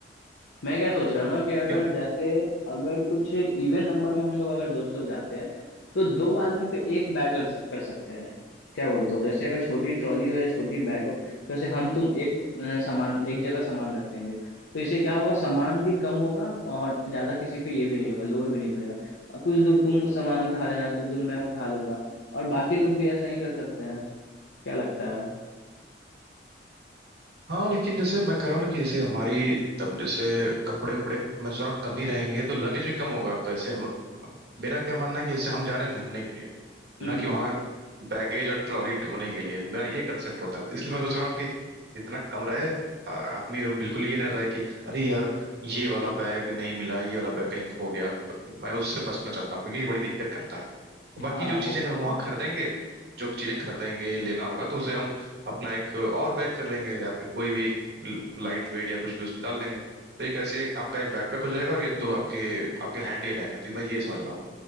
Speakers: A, on the left (about 80°); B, on the right (about 60°).
A: मैं क्या सोच रहा हूँ ना कि अगर
B: क्यों
A: जैसे अगर कुछ इवन नंबर में हम लोग अगर दोस्त लोग जाते हैं तो दो आदमी पे एक बैग कर कर सकते हैं क्या बोलते हो जैसे अगर छोटी ट्रॉली हो या छोटी बैग हो तो जैसे हम तुम एक अ, सामान एक जगह सामान रख देंगे तो इससे क्या होगा सामान भी कम होगा और ज्यादा किसी पे ये भी नहीं होगा लोड भी नहीं पड़ेगा कुछ दूर तुम सामान उठा लेना कुछ दूर मैं उठा लूंगा और बाकी लोग भी ऐसा ही कर सकते हैं क्या लगता है
B: हाँ लेकिन जैसे मैं कह रहा हूँ ना कि जैसे हमारी तब जैसे कपड़े उपड़े मैं सोच रहा हूँ कम ही रहेंगे तो लगेज भी कम होगा तो ऐसे हम अब मेरा क्या मानना है कि जैसे हम जा रहे हैं घूमने के लिए
A: हम्म
B: ना कि
A: हम्म
B: वहाँ बैगेज और ट्रॉली ढोने के लिए मेरा ये कंसेप्ट होता है तो इसलिए मैं सोच रहा हूँ कि जितना कम रहे आ- आदमी एकदम बिल्कुल ये ना रहे कि अरे यार ये वाला बैग नहीं मिला ये वाला बैग कहीं खो गया तो मैं उससे बचना चाहता हूँ क्योंकि ये बड़ी दिक्कत करता है
A: <laughs>
B: बाकी
A: हाँ
B: जो
A: वो
B: चीजें अगर
A: भी
B: हम
A: सही
B: वहां खरीदेंगे
A: है
B: जो चीजें खरीदेंगे लेना होगा तो उसे हम अपना एक और बैग कर लेंगे या फिर कोई भी एक लाइट वेट या कुछ भी उसमें डाल लेंगे तो एक ऐसे एक आपका एक बैकपैक हो जाएगा और ये दो आपके आपके हैंडी रहेंगे तो मैं ये समझ रहा हूँ